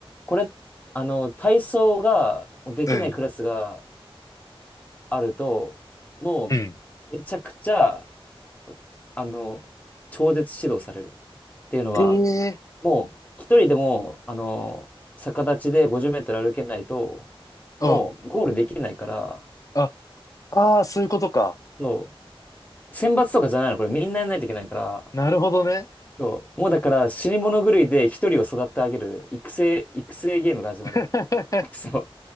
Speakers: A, on the left; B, on the left.
A: これ、あの、体操がもうできないクラスが
B: うん。
A: あると、もう、
B: うん。
A: めちゃくちゃ、あの、超絶指導されるっていうのは、
B: ええ
A: もう、一人でも、あの、逆立ちで50メートル歩けないと、
B: ー。
A: もう、
B: うん。
A: ゴールできないから、
B: あ、ああ、そういうことか。
A: そう選抜とかじゃないの、これみんなやんないといけないから、
B: なるほどね。
A: そう、もうだから死に物狂いで一人を育て上げる育成、育成ゲームが始まるの。
B: <laughs>
A: <laughs> そう。